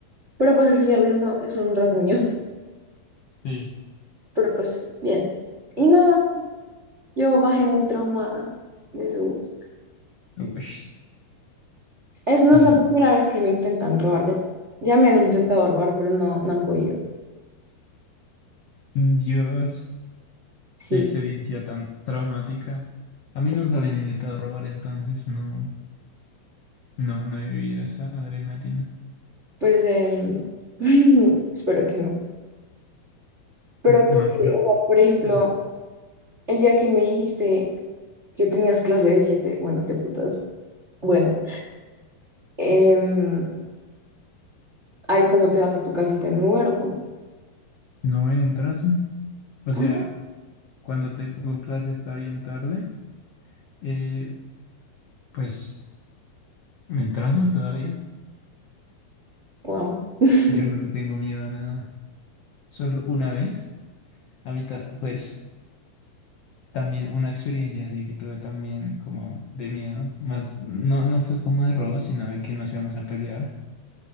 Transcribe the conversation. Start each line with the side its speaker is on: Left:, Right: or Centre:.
Right: Pero pues el señor dijo, no, es solo un rasguño. <laughs>
Left: sí.
Right: Pero pues bien. Y nada, yo bajé muy traumada de ese bus.
Left: Uy,
Right: Es, no
Left: así-
Right: es la primera vez que me intentan robar. Ya, ya me han intentado robar, pero no, no han podido.
Left: Dios,
Right: Sí,
Left: qué experiencia tan traumática. A mí nunca me han intentado robar, entonces no, no, no he vivido esa adrenalina.
Right: pues em, <laughs> espero que no. Pero tú
Left: No,
Right: que,
Left: yo
Right: o sea, por ejemplo,
Left: es-
Right: el día que me dijiste que tenías clase de 7 bueno, qué putas. Bueno, em, ahí cómo te vas a tu casita en Uber o cómo.
Left: no entras. ¿no? O
Right: Ah,
Left: sea, cuando tengo clase hasta bien tarde, eh, Pues me entraña todavía.
Right: wow. <laughs>
Left: Yo no le tengo miedo a nada. Solo una vez. Ahorita, pues, también una experiencia así que tuve también como de miedo. Más, no, no fue como de robo, sino de que nos íbamos a pelear.